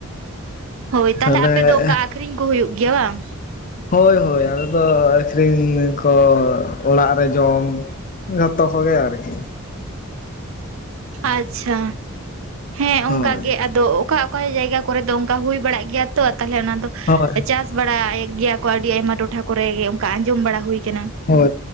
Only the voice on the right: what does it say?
ᱦᱳᱭ ᱛᱟᱦᱞᱮ
ᱟᱯᱮ ᱫᱚ ᱚᱝᱠᱟ ᱟᱠᱷᱨᱤᱧ ᱠᱚ ᱦᱩᱭᱩᱜ ᱜᱮᱭᱟ ᱵᱟᱝ
ᱟᱪᱪᱷᱟ ᱦᱮᱸ
ᱚᱝᱠᱟ ᱜᱮ ᱟᱫᱚ ᱚᱠᱟ ᱚᱠᱟ ᱡᱟᱭᱜᱟ ᱠᱚᱨᱮ ᱫᱚ ᱚᱝᱠᱟ ᱦᱩᱭ ᱵᱟᱲᱟᱜ ᱜᱮᱭᱟ ᱛᱚ ᱛᱟᱦᱞᱮ ᱚᱱᱟ ᱫᱚ
ᱪᱟᱥ ᱵᱟᱲᱟᱭᱮᱫ ᱜᱮᱭᱟ ᱠᱚ ᱟᱹᱰᱤ ᱟᱭᱢᱟ ᱴᱚᱴᱷᱟ ᱠᱚᱨᱮ ᱚᱱᱠᱟ ᱟᱸᱡᱚᱢ ᱵᱟᱲᱟ ᱦᱩᱭᱩ ᱠᱟᱱᱟ